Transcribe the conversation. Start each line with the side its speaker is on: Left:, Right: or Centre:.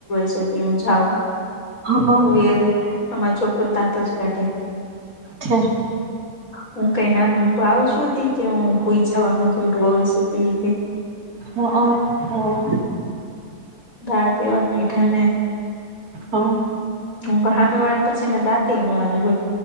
Left: સુવે છે. હું જાઉ
Right: હા
Left: તોઈ એ અમારો છોકરો દાંત જ કાઢે.
Right: છે
Left: હું ક <unintelligible> ના ન ભાવ છુંધી કે હું હોઈ જવાનો રોવે છે. બી
Right: હા હા
Left: ભાત એવા <unintelligible> મીઠાને
Right: હ....
Left: હ હામી વળા પછી ને દાતે નું આવે.